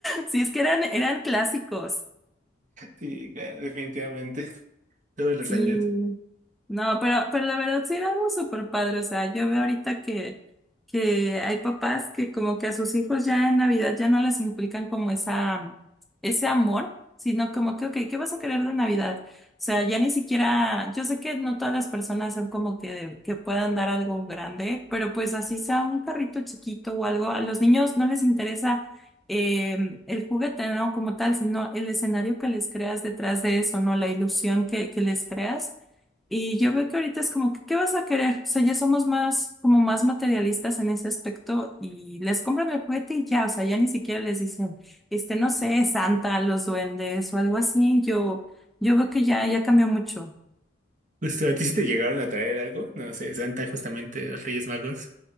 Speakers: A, in the centre; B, on the right.
A: Sí, es que eran, eran clásicos.
B: sí, claro, definitivamente, todos los
A: Sí.
B: años.
A: No, pero, pero la verdad sí era algo súper padre. O sea, yo veo ahorita que, que hay papás que como que a sus hijos ya en Navidad ya no les inculcan como esa, mm, ese amor, sino como que, ok, ¿qué vas a querer de Navidad? O sea, ya ni siquiera, yo sé que no todas las personas son como que, que puedan dar algo grande, pero pues así sea un carrito chiquito o algo, a los niños no les interesa eh, el juguete, ¿no? Como tal, sino el escenario que les creas detrás de eso, ¿no? La ilusión que, que les creas. Y yo veo que ahorita es como que, ¿qué vas a querer? O sea, ya somos más, como más materialistas en ese aspecto y les compran el juguete y ya, o sea, ya ni siquiera les dicen, este, no sé, Santa, los duendes o algo así. Yo, yo veo que ya, ya cambió mucho.
B: Justo, ¿a ti sí te llegaron a traer algo? No sé, Santa, justamente, los Reyes Magos.